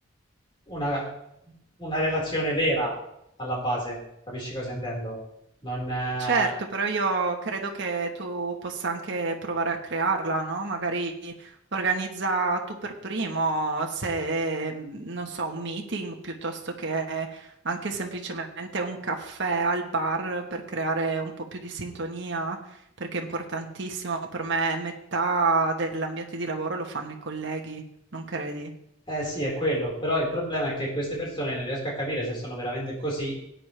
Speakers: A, on the left; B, on the right.
A: una, una relazione vera alla base, capisci cosa intendo? Non, eh,
B: Certo, però io credo che tu possa anche provare a crearla, no? Magari organizza tu per primo, se mh, non so, un meeting piuttosto che anche semplicemente un caffè al bar per creare un po' più di sintonia, perché è importantissimo. Per me metà dell'ambiente di lavoro lo fanno i colleghi, non credi?
A: eh sì, è quello, però il problema è che queste persone non riesco a capire se sono veramente così